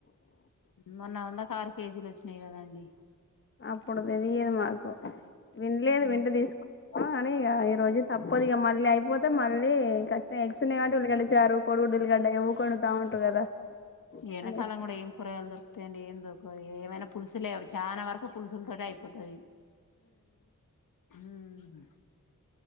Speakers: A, on the left; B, on the left.
A: మొన్న వందకు ఆరు కేజీలు వచ్చినాయి కదండి
B: అప్పుడు తెలియదు మాకు వినలేదు
A: మ్మ్.
B: వింట తీసుకో అనీ ఇగ ఈ రోజు తప్పదు ఇగ మళ్ళీ అయిపోతే మళ్ళీ ఖచ్చి <inaudible> ఎగ్స్ ఉన్నాయ్ కాబట్టి ఉల్లిగడ్డచారు, కొడి గుడ్డు ఉల్లిగడ్డ ఊకె వండుతా ఉంటారు కదా
A: ఈ ఎండాకాలం
B: అని
A: కూడా ఏం కూరగయలు దొరుకుతాయండి ఏం ఏమైనా పులుసు లే చానా వరకు పులుసులతోటె అయిపోతది హ్మ్ హు